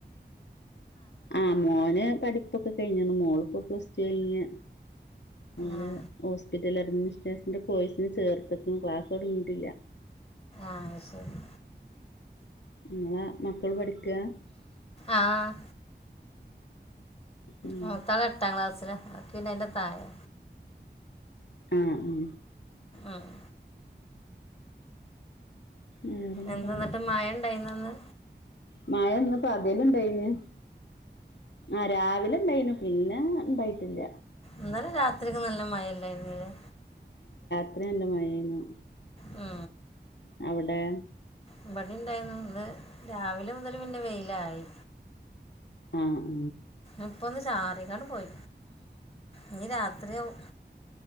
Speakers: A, on the left; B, on the left.
A: ആഹ് മോന് പടി പ്പൊക്കെ കഴിഞെണ് മോളു ഇപ്പൊ പ്ലസ് ടു കഴിഞ്ഞു മോളു
B: ആ
A: ഹോസ്പിറ്റൽ അഡ്മിനിസ്ട്രേഷൻ കോഴ്സ് ചേർത്തിട്ടുണ്ട് ക്ലാസ് തുടങ്ങീട്ടില്ല
B: ആ ശരി
A: നിങ്ങളെ മക്കൾ പഠിക്കാ
B: ആഹ്
A: ഉം
B: മൂത്താള് എട്ടാം ക്ലാസില് ബാക്കി പിന്നെ അതിന്റെ താഴെ
A: ഏഹ് മ്
B: ആഹ്
A: വേറെന്താ
B: എന്താ എന്നിട്ട് മഴയുണ്ടായിരുന്നൊ ഇന്ന്
A: മഴ ഇന്ന് പകലുണ്ടായിന് ആഹ് രാവിലെ ഉണ്ടായിനു പിന്നെ ഉണ്ടായിട്ടില്ല
B: ഇന്നലെ രാത്രി ഒക്കെ നല്ല മഴയുണ്ടായിരുന്നില്ലേ
A: <unintelligible> മഴയെന്നും
B: അ
A: അവിടെ
B: ഇവിടെയുണ്ടായിരുന്നു ഇന്ന് രാവിലെ മുതൽ പിന്നെ വെയിലായി
A: അ അ
B: ഇപ്പൊ <unintelligible> ചാറിയങ്ങാണ്ട് പോയി ഇനി രാത്രിയാവും